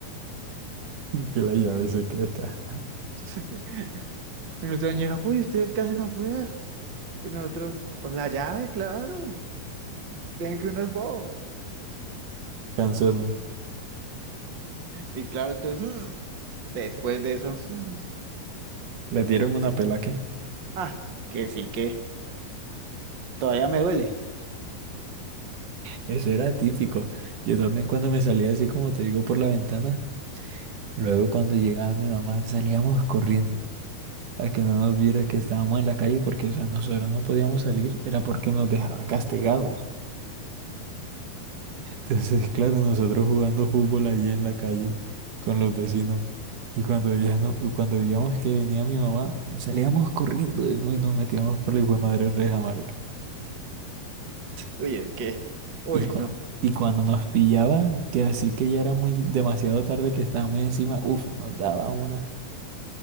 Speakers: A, on the right (about 60°); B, on the right (about 45°).
A: Que la llave secreta.
B: <laughs> Y nuestra niñera, uy, ¿ustedes qué hacen afuera? Y nosotros, pues la llave, claro, creen que uno es bobo.
A: Canzón.
B: Y claro, entonces, mm, después de eso, mm,
A: Le dieron una pela qué
B: ah, que sí que todavía me duele.
A: Eso era típico. Yo también cuando me salía así como te digo por la ventana, luego cuando llegaba mi mamá salíamos corriendo a que no nos viera que estábamos en la calle porque, o sea, nosotros no podíamos salir, era porque nos dejaba castigados. Entonces, <laughs> claro, nosotros jugando fútbol ahí en la calle con los vecinos. Y cuando veías- no- y cuando veíamos que venía mi mamá, salíamos corriendo de nuevo y nos metíamos por la hijo de madre reja, marica.
B: Uy, es que, uy,
A: Y, cu-
B: no.
A: y cuando nos pillaban, que así que ya era muy demasiado tarde que estábamos encima, uff, nos daba una.